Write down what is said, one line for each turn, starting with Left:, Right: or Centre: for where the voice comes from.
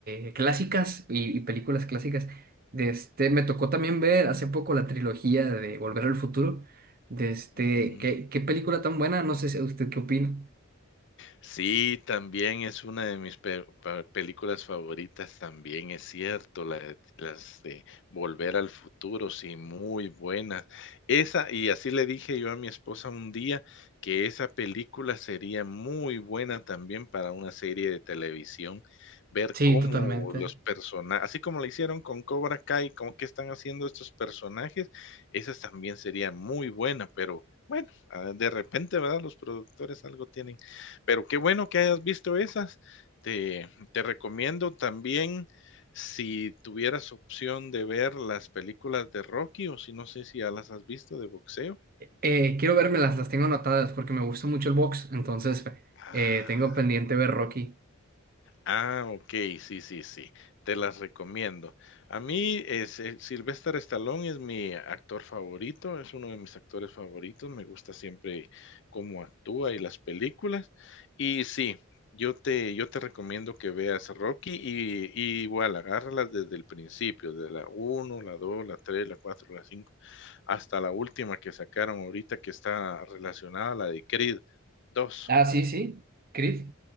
Right: eh, clásicas y, y películas clásicas, de este, me tocó también ver hace poco la trilogía de Volver al Futuro. De este,
Left: Mm.
Right: ¿qué, qué película tan buena? No sé si usted qué opina.
Left: Sí, también es una de mis pe- pa- películas favoritas, también es cierto, la de- las de Volver al Futuro, sí, muy buena. Esa, y así le dije yo a mi esposa un día que esa película sería muy buena también para una serie de televisión, ver
Right: Sí,
Left: cómo
Right: totalmente.
Left: los personajes, así como lo hicieron con Cobra Kai, cómo qué están haciendo estos personajes, esa también sería muy buena, pero bueno, ah, de repente, ¿verdad? Los productores algo tienen pero qué bueno que hayas visto esas. Te, te recomiendo también, si tuvieras opción de ver las películas de Rocky, o si no sé si ya las has visto de boxeo.
Right: Eh, quiero vermelas, las tengo anotadas porque me gusta mucho el box, entonces
Left: Ah,
Right: eh, tengo pendiente ver Rocky.
Left: Ah, okey, sí, sí, sí, te las recomiendo. A mí, es, eh, Sylvester Stallone es mi actor favorito, es uno de mis actores favoritos, me gusta siempre cómo actúa y las películas. Y sí, yo te yo te recomiendo que veas Rocky y y igual, agárralas desde el principio, de la uno, la 2, la 3, la 4, la 5, hasta la última que sacaron ahorita que está relacionada a la de Creed dos.
Right: Ah, sí, sí, Creed.